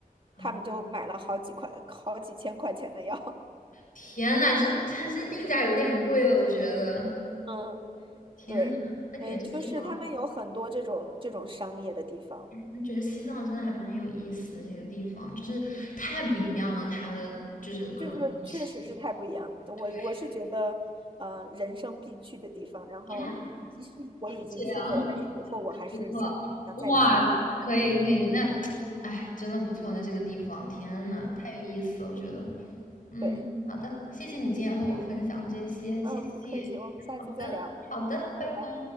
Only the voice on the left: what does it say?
啊，
天呐，这这这定价有点贵了，我觉得。
天呐，
那感觉这个地方，
那觉得西藏真的还蛮有意思。这个地方就是太不一样了，它的就是各种东西。
对
啊，
这样
不错，哇，可以可以，那哎，
真的不错。那这个地方，天呐，
太有意思了，我觉得。嗯，
好的，谢谢你今天和我分享这些，
谢谢。
好的，好的，
拜拜。